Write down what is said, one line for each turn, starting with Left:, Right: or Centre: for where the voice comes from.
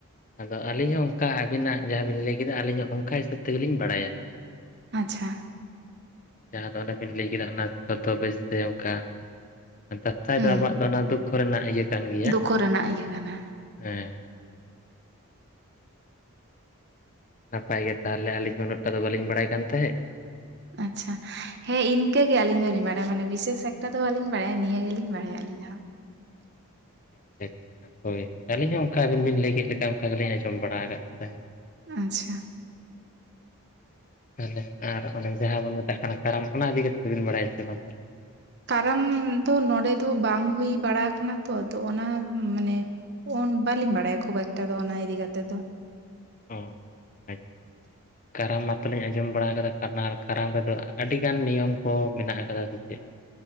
Left: ᱟᱫᱚ ᱟᱹᱞᱤᱧ ᱦᱚᱸ ᱚᱱᱠᱟ ᱟᱵᱤᱱᱟᱜ ᱡᱟᱦᱟᱸ ᱵᱤᱱ ᱞᱟᱹᱭ ᱠᱮᱫᱟ ᱟᱹᱞᱤᱧ ᱦᱚᱸ ᱚᱱᱠᱟ ᱦᱤᱥᱟᱹᱵᱽ ᱛᱮᱜᱮᱞᱤᱧ ᱵᱟᱲᱟᱭᱟ
Right: ᱟᱪᱪᱷᱟ
Left: ᱡᱟᱦᱟᱸ ᱫᱚ ᱚᱸᱰᱮ ᱵᱤᱱ ᱞᱟᱹᱭ ᱠᱮᱫᱟ ᱚᱱᱟ ᱫᱚ <unintelligible> ᱵᱮᱥ ᱛᱮ ᱚᱱᱠᱟ ᱫᱟᱸᱥᱟᱭ
Right: ᱦᱩᱸ
Left: ᱫᱚ ᱟᱵᱚᱣᱟᱜ ᱫᱚ ᱚᱱᱟ ᱫᱩᱠ ᱠᱚ ᱨᱮᱱᱟᱜ ᱤᱭᱟᱹ ᱠᱟᱱ ᱜᱮᱭᱟ
Right: ᱫᱩᱠᱷᱚ ᱨᱮᱱᱟᱜ ᱤᱭᱟᱹ ᱠᱟᱱᱟ
Left: ᱦᱮᱸ ᱱᱟᱯᱟᱭ ᱜᱮ ᱛᱟᱦᱚᱞᱮ ᱟᱹᱞᱤᱧ ᱦᱚᱸ ᱩᱱᱟᱹᱜ ᱴᱟ ᱫᱚ ᱵᱟᱹᱞᱤᱧ ᱵᱟᱲᱟᱭ ᱠᱟᱱ ᱛᱟᱦᱮᱸᱫ᱾
Right: ᱟᱪᱪᱷᱟ ᱦᱮᱸ ᱤᱧ ᱤᱱᱠᱟᱹ ᱜᱮ ᱟᱹᱞᱤᱧ ᱫᱚᱞᱤᱧ ᱵᱟᱲᱟ ᱢᱟᱱᱮ ᱵᱤᱥᱮᱥᱠᱴᱟ ᱫᱚ ᱟᱹᱞᱤᱧ ᱵᱟᱲᱟᱭᱟ ᱱᱤᱭᱟᱹ ᱜᱮᱞᱤᱧ ᱵᱟᱲᱟᱭᱟ ᱟᱹᱞᱤᱧᱟᱜ᱿ <inaudible>
Left: <unintelligible> ᱟᱪᱷᱟ ᱦᱳᱭ ᱟᱹᱞᱤᱧ ᱦᱚᱸᱚᱸ ᱚᱱᱠᱟ ᱟᱵᱤᱱᱵᱤᱱ ᱞᱟᱹᱭ ᱠᱮᱫ ᱞᱮᱠᱟ ᱚᱱᱠᱟ ᱜᱮᱞᱤᱧ ᱟᱸᱡᱚᱢ ᱵᱟᱲᱟ ᱟᱠᱟᱫ ᱛᱟᱦᱮᱸᱫ᱾
Right: ᱟᱪᱪᱷᱟ
Left: ᱛᱟᱦᱚᱞᱮ ᱟᱨ ᱚᱱᱮ ᱡᱟᱦᱟᱸ ᱵᱚᱱ ᱢᱮᱛᱟᱜ ᱠᱟᱱᱟ ᱠᱟᱨᱟᱢ ᱚᱱᱟ ᱤᱫᱤ ᱠᱟᱛᱮᱜ ᱫᱚᱵᱤᱱ ᱵᱟᱲᱟᱭ ᱥᱮ ᱵᱟᱝ ᱛᱟᱦᱚᱞᱮ?
Right: ᱠᱟᱨᱟᱢ ᱫᱚ ᱱᱚᱰᱮ ᱫᱚ ᱵᱟᱝ ᱦᱩᱭ ᱵᱟᱲᱟ ᱟᱠᱟᱱᱟ ᱛᱚ ᱟᱫᱚ ᱚᱱᱟ ᱢᱟᱱᱮ ᱩᱱᱵᱟᱹᱞᱤᱧ ᱵᱟᱲᱟᱭᱟ ᱠᱷᱩᱵ ᱮᱠᱴᱟ ᱫᱚ ᱚᱱᱟ ᱤᱫᱤ ᱠᱟᱛᱮᱜ ᱫᱚ
Left: ᱚ ᱟᱪᱪᱷᱟ
Right: <inaudible>
Left: ᱠᱟᱨᱟᱢ ᱢᱟᱛᱚᱞᱤᱧ ᱟᱸᱡᱚᱢ ᱵᱟᱲᱟ ᱠᱟᱱᱟᱨ ᱠᱟᱨᱟᱢ ᱨᱮᱫᱚ ᱟᱹᱰᱤᱜᱟᱱ ᱱᱤᱭᱚᱢ ᱠᱚ ᱢᱮᱱᱟᱜ ᱟᱠᱟᱫᱟ ᱥᱮ ᱪᱮᱫ